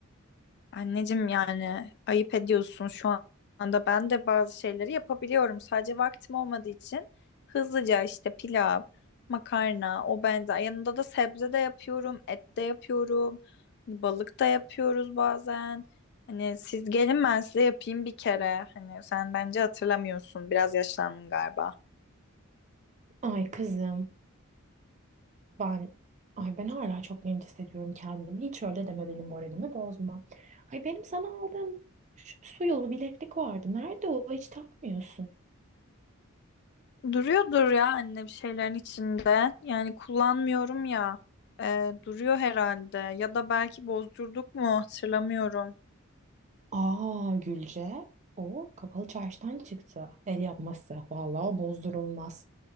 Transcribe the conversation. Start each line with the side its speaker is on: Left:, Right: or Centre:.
Left: Anneciğim yani ayıp ediyorsun şu anda. Ben de bazı şeyleri yapabiliyorum. Sadece vaktim olmadığı için hızlıca işte pilav, makarna, o benzer. Yanında da sebze de yapıyorum, et de yapıyorum. Hani balık da yapıyoruz bazen. Hani siz gelin ben size yapayım bir kere. Hani sen bence hatırlamıyorsun. Biraz yaşlandın galiba.
Right: Ay kızım. Ben ay ben hala çok genç hissediyorum kendimi. Hiç öyle deme benim moralimi bozma. Ay benim sana aldığım şu su yolu bileklik vardı. Nerede o? Hiç takmıyorsun.
Left: Duruyordur ya anne bir şeylerin içinde. Yani kullanmıyorum ya. Ee, duruyor herhalde. Ya da belki bozdurduk mu hatırlamıyorum.
Right: Aa Gülce. O kapalı çarşıdan çıktı. El yapması. Vallahi bozdurulmaz.